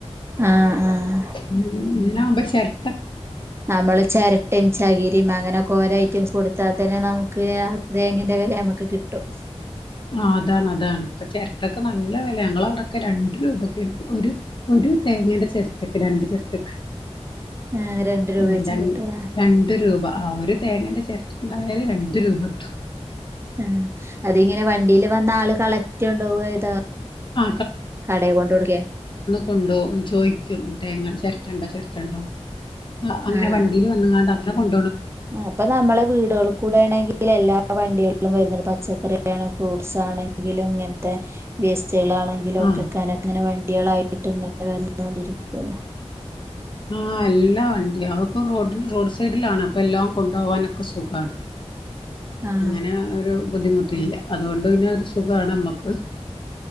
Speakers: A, on the right; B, on the left.
A: ആഹ് ആഹ് ആഹ്
B: ഇങ്ങനെയാക്കുമ്പോ ചെരട്ട.
A: നമ്മള് ചെരട്ടയും ചകിരിയും അങ്ങനെ കോരോ ഐറ്റംസ് കൊടുത്താൽ തന്നെ നമുക്ക് ഏ തേങ്ങന്റെ വില നമുക്ക് കിട്ടും.
B: ആ അതാണ് അതാണ് ഇപ്പൊ ചെരട്ടക്ക് നല്ല വെലയാ ഞങ്ങളെ അവിടൊക്കെ രണ്ടു രൂപക്ക് ഒരു ഒരു തേങ്ങേന്റെ ചിരട്ടക്ക് രണ്ട് ചിരട്ടക്ക്
A: ഏഹ് രണ്ട് രൂപ
B: ഉം
A: വെച്ച്
B: ര
A: കിട്ടൂലേ
B: രണ്ട് രൂപ. ആ ഒരു തേങ്ങേന്റെ ചിരട്ടണ്ടായാല് രണ്ട് രൂപ ട്ടും.
A: ഉം അതിങ്ങനെ വണ്ടിൽ വന്ന ആള് കളക്ട് പോക ഇത
B: ആ
A: കടയി കൊണ്ട്ടുകേ
B: കൊണ്ടോ ചോദിക്കും തേങ്ങൻ ചിരട്ടുണ്ടോ ചിരട്ടുണ്ടോ ആ അങ്ങനെ
A: ആഹ്
B: വണ്ടിൽ വനാഗാണ്ട് എന്നാകൊൺ
A: അപ്പൊ നമ്മളെ വീടുകൾ കൂടെ ആണെങ്കിൽ എല്ലാ വണ്ടിക വര പച്ചക്കറിയാണ് ഫ്രൂട്ട്സ് ആണെങ്കിലും ഇങ്ങൻത്തെ വേസ് റ്റേളാണെങ്കിലു
B: ആ
A: ഒക്കെ <unintelligible> വേ കുട്ടികളായിട്ട് ഇങ്ങനെ വന്നോണ്ടിരിക്കല്ലേ
B: ആഹ് എല്ലാ വണ്ടി അവക്കും റോഡ റോഡ് സൈഡിലാണ് അപ്പൊ എല്ലാം കൊണ്ട പോകാനൊക്കെ സുഖാണ്
A: ആഹ്
B: അങ്ങനെ ഒരു ബുദ്ധിമുട്ടില്ല അതുകൊണ്ട് പിന്നെ ഒരു സുഖാണ് നമ്മക്ക്